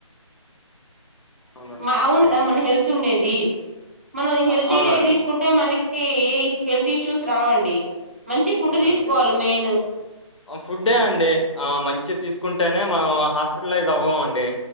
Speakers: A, on the left; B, on the right.
A: అవునండి
B: మా అవును మన హెల్త్ తుండేది మనం హెల్తీ
A: అ అవునండి
B: డైట్ తీసుకుంటే మనకి ఈ హెల్త్ ఇష్యూస్ రావండి మంచి ఫుడ్
A: అవునండి
B: తీసుకోవాలి మెయిన్
A: ఫుడ్ ఎ అండి ఆ మంచి తీసుకుంటేనే మనం హాస్పిటలైజ్ అవ్వం అండి